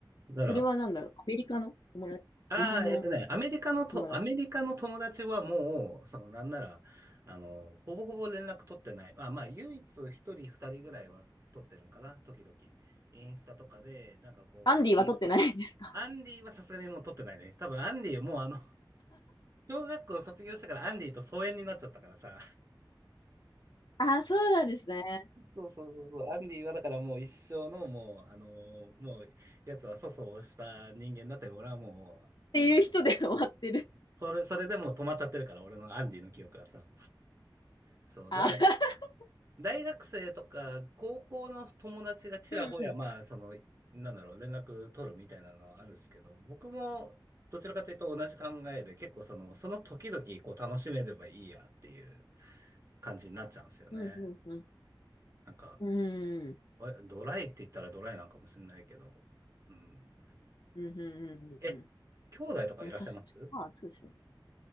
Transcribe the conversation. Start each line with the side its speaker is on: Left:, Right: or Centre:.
Right: だから、
Left: それはなんだろう。アメリカの友達、
Right: ああ、
Left: 日本の
Right: えっとね、アメリカのと、
Left: 友達。
Right: アメリカの友達はもう、その、なんなら、あの、ほぼほぼ連絡取ってない。まあ、まあ、唯一一人二人ぐらいは取ってるんかな、時々。インスタとかで、なんかこう、
Left: アンディは取ってないです。
Right: アンディはさすがにもう取ってないね。多分アンディもうあの、<laughs> 小学校卒業したからアンディと疎遠になっちゃったからさ。
Left: <laughs> あ、そうなんですね。っ
Right: そうそうそうそう。アンディはだからもう一生のもう、あの、もう、やつは粗相をした人間だって、俺はもう、
Left: ていう人で終わってる。
Right: あの、それ、それでもう止まっちゃってるから、俺のアンディの記憶はさ。そう、
Left: あ、
Right: だから
Left: <laughs>
Right: 大学生とか高校の友達がちらほや、
Left: うんうん。
Right: まあ、その、なんだろう、連絡取るみたいなのはあるんですけど、僕もどちらかというと同じ考えで、結構その、その時々こう楽しめればいいやっていう感じになっちゃうんですよね。
Left: うんうんうん。
Right: なんか、
Left: うん。
Right: わドライって言ったらドライなんかもしれないけど、うん。
Left: うんうんうんうんうん。
Right: え、兄弟とかいらっしゃいます
Left: まあ確かまあそうですね。